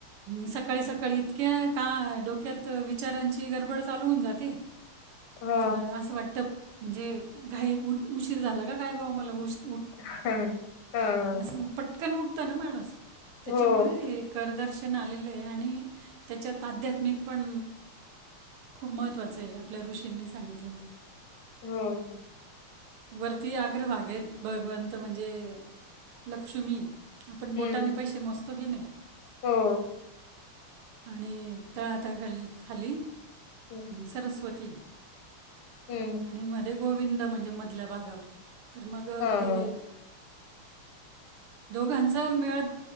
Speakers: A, on the right (about 85°); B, on the left (about 65°).
A: सकाळी सकाळी इतक्या का डोक्यात विचारांची गडबड चालू होऊन जाते.
B: हा
A: तर असं वाटत म्हणजे घाई उठ उशीर झाला का काय बाबा मला उशी
B: हा हा. हा
A: असं मग पटकन उठत ना माणूस त्याच्यामुळे
B: हो
A: हे करदर्श पण आलेले आहे आणि त्याच्यात आध्यात्मिक पण खूप हम्म महत्वाचं आहे आपल्या ऋषींनी सांगितलेलय.
B: हम्
A: वरती आग्रभागेत भगवंत म्हणजे लक्ष्मी आपण
B: हम्म
A: बोटाने पैसे मोजतो कि नय
B: हो.
A: आणि तळहाता खाली खाली
B: हम्म
A: सरस्वती
B: हम्म
A: आणि मध्ये गोविंद म्हणजे मधल्या भागावर तर मग
B: हा
A: ते
B: हा.
A: दोघांच मेळ